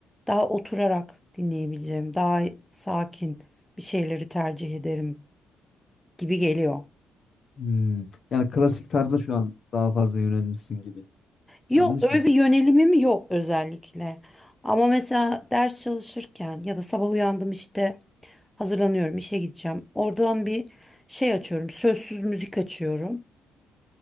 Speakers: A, in the centre; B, on the left.
A: daha oturarak dinleyebileceğim, daha sakin bir şeyleri tercih ederim gibi geliyor.
B: hmm. Yani klasik tarza şu an daha fazla yönelmişsin gibi.
A: Yok
B: Yanlış
A: öyle
B: mı?
A: bir yönelimim yok özellikle. Ama mesela ders çalışırken ya da sabah uyandım işte hazırlanıyorum işe gideceğim. Oradan bir şey açıyorum, sözsüz müzik açıyorum.